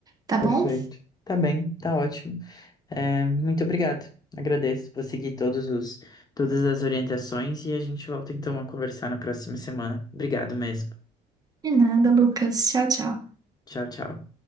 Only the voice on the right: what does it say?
tá bom?
De nada, Lucas. Tchau, tchau.